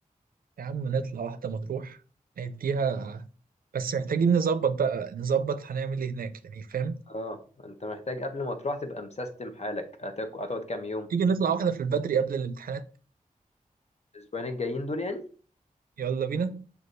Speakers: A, on the right; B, on the left.
A: يا عم نطلع واحدة مطروح نديها بس محتاجين نظبط بقى نظبط هنعمل ايه هناك يعني فاهم
B: اه انت محتاج قبل ما تروح تبقى مسيستم حالك هتاك- هتقعد كام يوم
A: تيجي نطلع واحدة في البدري قبل الامتحانات
B: الاسبوعين الجايين دول يعني
A: يلا بينا